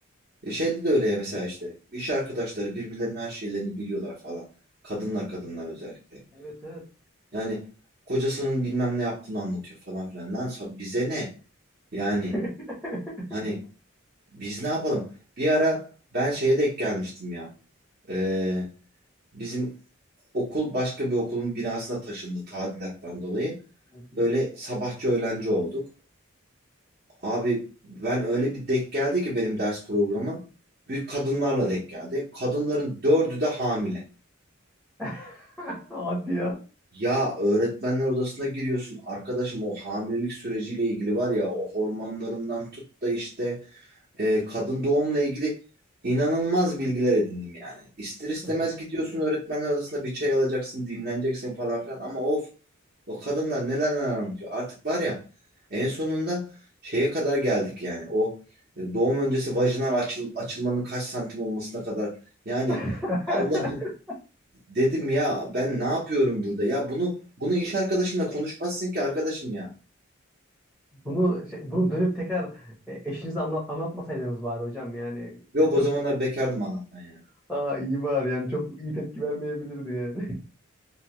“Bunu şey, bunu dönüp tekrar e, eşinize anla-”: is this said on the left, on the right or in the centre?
Centre